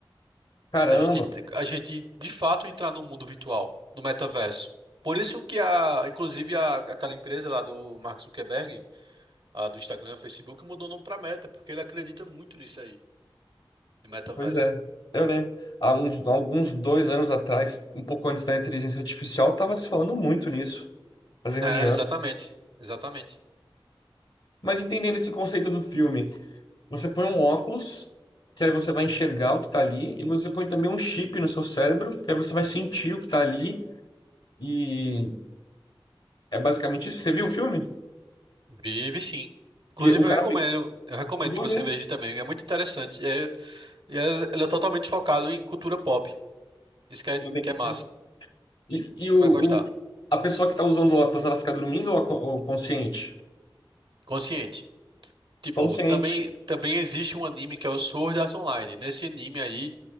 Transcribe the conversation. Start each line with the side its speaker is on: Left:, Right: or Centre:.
Left: Caramba,
Right: A gente, ent- a gente de fato entrar no mundo virtual, no metaverso. Por isso que a, inclusive a, aquela empresa lá do Mark Zuckerberg, a do Instagram, Facebook, mudou o nome pra Meta, porque ele acredita muito nisso aí, no metaverso.
Left: pois é. Eu lembro. Há uns, há alguns dois anos atrás, um pouco antes da inteligência artificial, estava se falando muito nisso, fazer
Right: É,
Left: reunião.
Right: exatamente, exatamente.
Left: Mas entendendo esse conceito do filme, você põe um óculos, que aí você vai enxergar o que está ali, e você põe também um chip no seu cérebro, que aí você vai sentir o que está ali, e é basicamente isso. Você viu o filme?
Right: Vive sim. Inclusive,
Left: E o cara,
Right: eu recomendo, eu recomendo
Left: Eu Vou
Right: que você
Left: ver,
Right: veja também. É muito interessante. E é, e é- ela é totalmente focado em cultura pop. Isso que é,
Left: entendi
Right: que é massa.
Left: E, e
Right: Você
Left: o,
Right: vai gostar.
Left: o- a pessoa que está usando óculos, ela fica dormindo ou, co- ou consciente?
Right: Consciente. Tipo,
Left: Consciente.
Right: também, também existe um anime que é o Sword Art Online. Nesse anime aí,